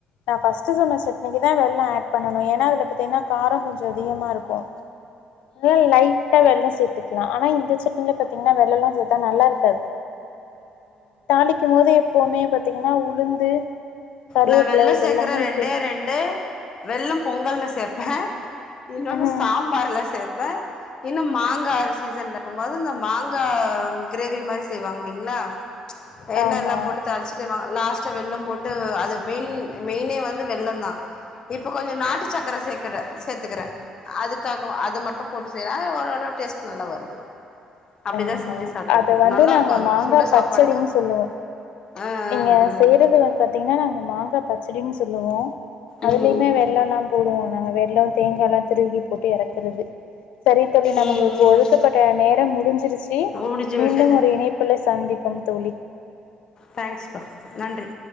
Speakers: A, on the left; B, on the left.
A: நான் ஃபஸ்ட் சொன்ன சட்னிக்கு தான் வெல்ல ஆட் பண்ணணு ஏன்னா அதுல பாத்தீங்கன்னா காரம் கொஞ்சம் அதிகமா இருக்கும் லை லைட்டா வெல்ல சேர்த்துக்கலா ஆனா இந்த சட்டினில பாத்தீங்கன்னா வெல்லம்ல்லா சேத்தா நல்லாருக்காது தாளிக்கும் போது எப்பவுமே பாத்தீங்கன்னா உளுந்து கருவேப்பில
B: நான் வெல்ல
A: இதெல்லாமே
B: சேக்குற ரெண்டே
A: சேக்
B: ரெண்டு வெல்லம் பொங்கல்ல சேப்பே இன்னொன்னு
A: ம்
B: சாம்பார்ல சேப்பே இன்னொ மாங்கா சீசன்ல இருக்கம்போது இந்த மாங்கா கிரேவி மாரி செய்வாங்ளிங்களா எண்ணெயெல்லா
A: ஆமா
B: போட்டு தாளிச்சுட்டு மா லாஸ்ட்டா வெல்லம் போட்டு அ து மென் மெயினே வந்து வெல்லொந் தா இப்ப கொஞ்சொ நாட்டு
A: ம்
B: சக்கர சேக்குறே சேத்துக்குறே அதுக்காகவு
A: ம்
B: அது மட்டு போட்டு செய்யறா ஆ ஓரளவு டேஸ்ட் நல்லா வருது அப்டிதா
A: ஆஹா
B: செஞ்சு சாப்ட்டுட்டு
A: அத
B: இருக்கு
A: வந்து
B: நல்லாருக்கு
A: நாங்க
B: அது
A: மாங்கா
B: சுட சாப்பாடுக்கு
A: பச்சடின்னு சொல்லுவோ
B: ஆ
A: இங்க
B: ஆ ஆ
A: செய்றது வந்து பாத்திங்கன்னா நாங்க மாங்கா பச்சடின்னு சொல்லுவோ அதுலய்மே
B: ம்
A: வெல்லொல்லா போடுவோ நாங்க வெல்லொ தேங்கால்லா திருகி போட்டு எறக்குறது செரி தோழி நமக்கு
B: ம்
A: ஒதுக்கப்பட்ட
B: ம்
A: நேரம் முடுஞ்சிருச்சி
B: முடிஞ்சு
A: மீண்டும்
B: விட்டது
A: ஒரு இணைப்புல சந்திப்போம் தோழி
B: தேங்க்ஸ் பா நன்றி